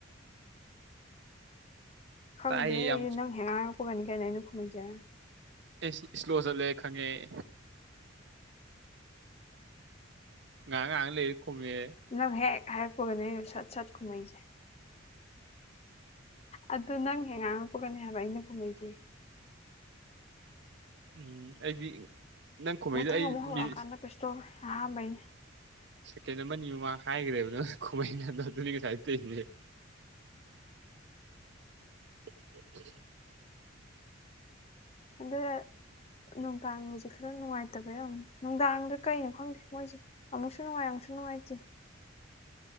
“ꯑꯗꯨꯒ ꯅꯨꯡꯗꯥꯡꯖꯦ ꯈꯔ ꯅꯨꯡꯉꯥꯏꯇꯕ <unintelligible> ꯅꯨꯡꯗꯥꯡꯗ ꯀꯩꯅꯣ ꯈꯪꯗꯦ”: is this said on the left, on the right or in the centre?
Left